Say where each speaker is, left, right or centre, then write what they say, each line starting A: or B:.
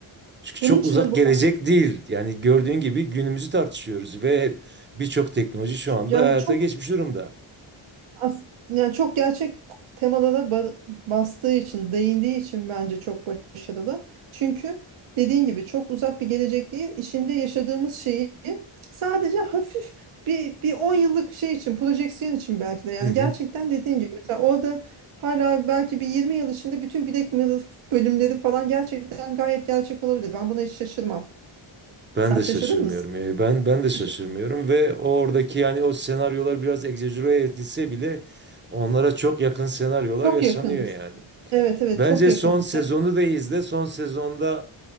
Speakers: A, on the right; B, on the right.
A: Çünkü çok
B: Bunun için
A: uzak
B: de bu
A: gelecek
B: ka-
A: değil. Yani gördüğün gibi günümüzü tartışıyoruz ve birçok teknoloji şu anda
B: yani
A: hayata
B: çok
A: geçmiş durumda.
B: As yani çok gerçek temada da ba- bastığı için, değindiği için bence çok başarılı. Çünkü dediğin gibi çok uzak bir gelecek değil. içinde yaşadığımız şeyi sadece hafif bir, bir 10 yıllık şey için, projeksiyon için belki de. Yani
A: Hı hı.
B: gerçekten dediğin gibi mesela orada hala belki bir 20 yıl içinde bütün Black Mirror bölümleri falan gerçekten gayet gerçek olabilir. Ben buna hiç şaşırmam.
A: Ben
B: Sen
A: de
B: şaşırdın
A: şaşırmıyorum.
B: mısın?
A: Yani ben ben
B: Şaş-
A: de şaşırmıyorum ve oradaki yani o senaryolar biraz egzajere edilse bile onlara çok yakın senaryolar
B: çok
A: yaşanıyor
B: yakınız.
A: yani.
B: Evet evet
A: Bence
B: çok yakınız.
A: son sezonu
B: Yani,
A: da izle. Son sezonda